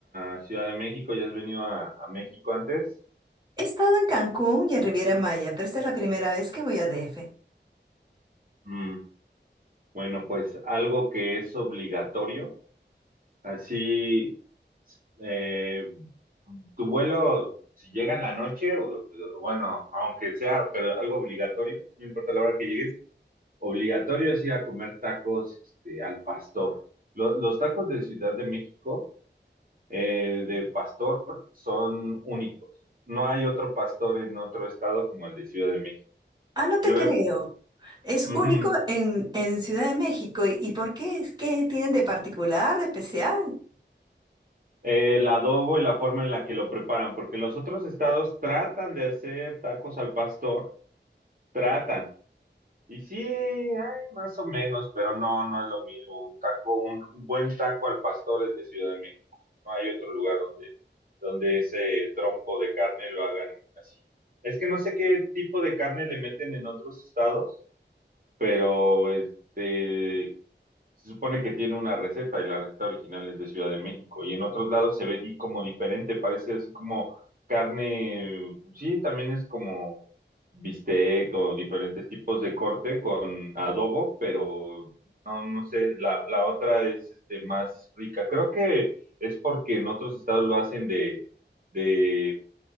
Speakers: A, on the right (about 50°); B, on the right (about 20°).
A: a Ciudad de México? ¿Ya has venido a, a México antes?
B: He estado en Cancún y en Riviera Maya, pero esta es la primera vez que voy a DF.
A: Mm, bueno, pues algo que es obligatorio. Así, eh, tu vuelo, si llega en la noche, o, o bueno, aunque sea, pero algo obligatorio, no importa la hora que llegues, obligatorio es ir a comer tacos, este, al pastor. Lo- los tacos de Ciudad de México. eh, de pastor son únicos. No hay otro pastor en otro estado como el de Ciudad de México.
B: Ah, no te
A: Yo
B: creo.
A: he-
B: Es
A: ujú,
B: único en, en Ciudad de México. ¿Y, y por qué? ¿Qué tienen de particular, de especial?
A: el adobo y la forma en la que lo preparan, porque los otros estados tratan de hacer tacos al pastor, tratan. Y sí, hay más o menos, pero no, no es lo mismo. Un taco, un un buen taco al pastor es de Ciudad de México. No hay otro lugar donde, donde ese trompo de carne lo hagan así. Es que no sé qué tipo de carne le meten en otros estados, pero este se supone que tiene una receta y la receta original es de Ciudad de México y en otros lados se ve di- como diferente, parece así como carne, sí, también es como bistec o diferentes tipos de corte con adobo, pero no, no sé, la, la otra es este, más rica. Creo que es porque en otros estados lo hacen de, de